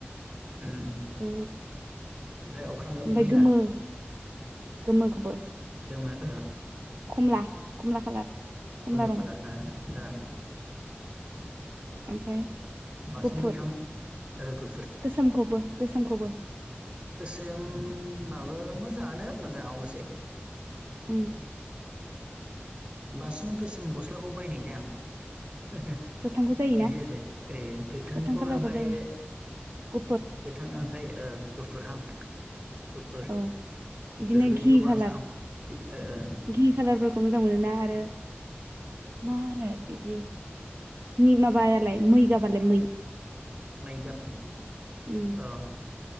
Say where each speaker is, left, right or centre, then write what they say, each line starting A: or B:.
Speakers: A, on the right; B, on the right.
A: उम।
B: ओ
A: ओमफाय अख्रां गाब
B: ओमफ्राय
A: निला।
B: गोमो गोमोखौबो
A: गोमो ओ
B: खमला खमला खालार खमला
A: कमला
B: रं
A: कालार ओ ओ
B: ओमफ्राय
A: बांसिन
B: गुफुर
A: गोथां ओ गुफुर
B: गोसोमखौबो। गोसोमखौबो।
A: गोसोमाबो मोजाङानो मोजाङ अबिसे।
B: उम
A: बांसिन गोसोम गस्लाखौ बायनाय जाया आं।
B: गोथांखौ जायोना
A: बिदि आरो ओ गोथांखौ
B: गोथां खालारबो
A: ओमफ्राय
B: जायो गुफुर
A: गोथां ओमफ्राय गुफुरहां। गोफुर
B: औ बिदिनो
A: बेफोरबायदिबो
B: घि
A: बां
B: खालार
A: सानो ओ ओ।
B: घि खालारफोरखौ मोजां मोनो ना आरो मा होनो बिदि नि माबायालाय मै गाबालाय मै।
A: मै गाब
B: उम
A: अ